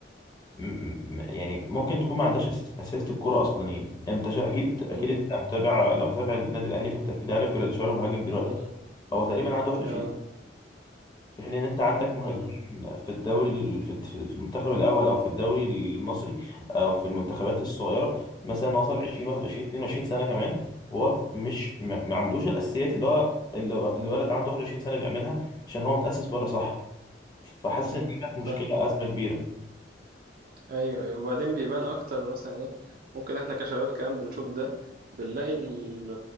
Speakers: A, on the left; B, on the right.
A: م- م- يعني ممكن تكون ما عندهاش أساس- اساسة الكوره اصلا يعني انت شا... اكيد اكيد
B: مم.
A: انت متابع لو متابع النادي الاهلي فانت اكيد عارف جراديشار المهاجم دلوقتي
B: مم.
A: هو تقريبا عنده 21
B: اه
A: في حين ان انت عندك مهاجمين
B: مم.
A: في الدوري ال- في في في المنتخب الاول او في الدوري المصري او في المنتخبات الصغيره مثلا وصل 20 21 22 سنه كمان وهو مش ما ما عندوش الاساسيات اللي هو اللي هو- اللي ولد عنده 21 سنه بيعملها عشان هو متاسس بره صح فحاسس
B: مم.
A: ان دي كانت مشكله
B: ف
A: ازمه كبيره
B: ايوه ايوه وبعدين بيبان اكتر مثلا ايه ممكن احنا كشباب كمان بنشوف ده بنلاقي ال-